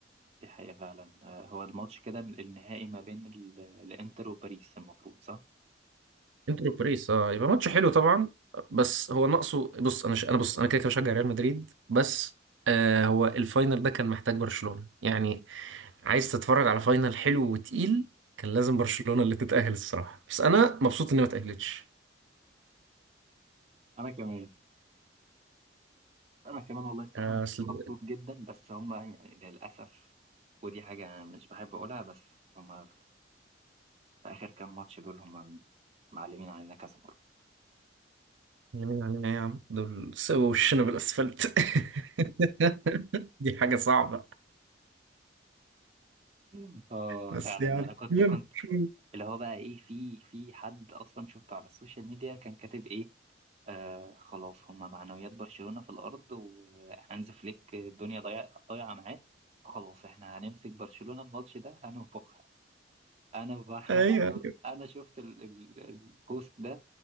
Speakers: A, on the right (about 35°); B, on the right (about 80°).
A: دي حقيقة فعلا آه، هو الماتش كده النهائي ما بين ال- الانتر وباريس المفروض صح؟
B: انتر وباريس اه يبقى ماتش حلو طبعا بش- بس هو ناقصه بص انا ش... انا بص انا كده كده بشجع ريال مدريد بس آه هو الفاينل ده كان محتاج برشلونة يعني عايز تتفرج على فاينل حلو وتقيل كان لازم برشلونة اللي تتأهل الصراحة بس انا مبسوط اني ما تأهلتش
A: انا كمان انا كمان والله الصراحه
B: آه، اصل
A: مبسوط جدا بس هما يعني للاسف ودي حاجه انا مش بحب اقولها بس هما في اخر كام ماتش دول هما معلمين علينا كذا مره
B: يمين علينا ايه يا عم دول سووا وشنا بالاسفلت <laughs> دي حاجة صعبة
A: <laughs> اه
B: بس
A: فعلا
B: يعني
A: انا كنت
B: يلا،
A: كنت
B: شو
A: اللي هو بقى ايه في في حد اصلا شفته على السوشيال ميديا كان كاتب ايه آه خلاص هما معنويات برشلونه في الارض وهانز فليك الدنيا ضايع- ضايعه معاه خلاص احنا هنمسك برشلونه الماتش ده هننفخ انا ب... <laughs>
B: ايوه
A: انا
B: ايوه
A: انا شفت ال... ال... البوست ده